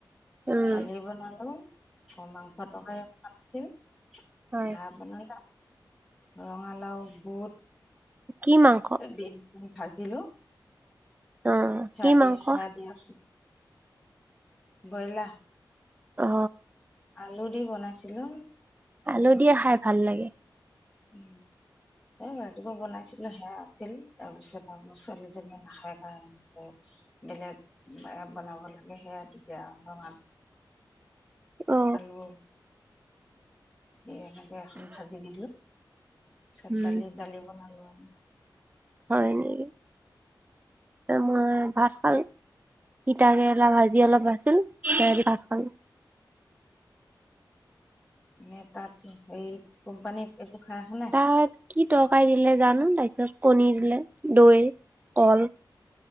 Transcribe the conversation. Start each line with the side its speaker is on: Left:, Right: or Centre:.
Right: উম
Centre: ডালি বনালো আক মাংস ক উম
Right: হয়
Centre: হা বনা ৰঙালাও বুট
Right: কি মাংস
Centre: ত ভ দিলো
Right: অ
Centre: হ
Right: কি
Centre: দিয়া
Right: মাংস
Centre: হ দিয়া। গইলা।
Right: অ
Centre: আলু দি বনাইছিলো
Right: আল দিয়ে খাই ভাল লাগে
Centre: উ স ৰাতিপা বনাইছিলো সেয়া আছিল তাৰপিছত আকৌ ছোৱালীজনীয়ো খাই কাৰণে বেলেগ বনাব লাগে সেয়া তেতিয়া অলপমান
Right: অ
Centre: হল স এনেকে এখন ভাজি দিলো তিছত
Right: উম
Centre: দালিৰ দালি বনাব অ
Right: হয় নেকি ত মই ভাত খাল তা কেৰেলা ভাজি অলপ আছিল ভাত খাল
Centre: মে তাত সে কোম্পানীত খাই অহা নাই
Right: তাত কি টকাাই দিলে জানো তাৰপিছত কণী দিলে দৈ কল